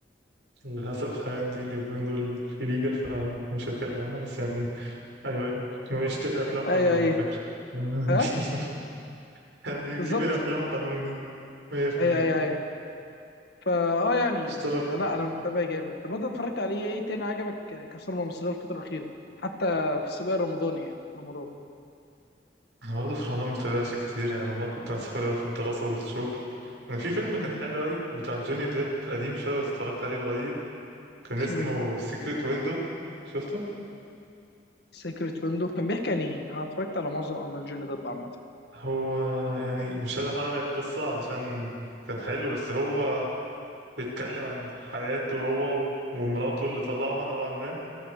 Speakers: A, on the right; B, on the left.
A: للأسف الحاجات دي اليومين دول إليجال فمش هتكلم عنها بس يعني أيوه أيوه ونشتري الأفلام قانوني
B: ايوه ايوه
A: على فكرة <laughs>
B: ها
A: احنا بنجيب
B: بالظبط
A: الأفلام قانوني 100%
B: ايوه ايوه ايوه فا اه يعني
A: اشترك
B: لا انا متابع جامد طب انت اتفرجت عليه ايه تاني عجبك كصورة مصرية الفترة الأخيرة حتى في السباق الرمضاني يعني في رمضان
A: أنا برضه في رمضان متابعش كتير يعني رمضان كنت مسحول أوي في الدراسة والشغل أنا في فيلم كان
B: مم.
A: حلو أوي بتاع جوني ديب قديم شوية بس اتفرجت عليه قريب كان
B: اسمه
A: اسمه
B: ايه
A: سيكريت ويندو شفته؟
B: سيكريت ويندو كان بيحكي عن ايه انا اتفرجت على معظم اعمال جوني ديب عامة
A: هو يعني مش عايز احرق لك القصة علشان كان حلو بس هو بيتكلم عن حياته هو و- ومراته اللي طلقها نوعا ما